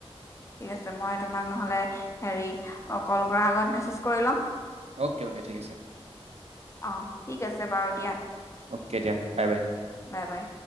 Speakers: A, on the left (about 25°); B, on the right (about 80°).
A: ঠিক আছে মই তোমাক নহ'লে হেৰি কল কৰা আগত মেছেজ কৰি লম
B: অ'কে অ'কে ঠিক আছে
A: অ' ঠিক আছে বাৰু দিয়া,
B: অ'কে দিয়া বাই বাই
A: বাই বাই।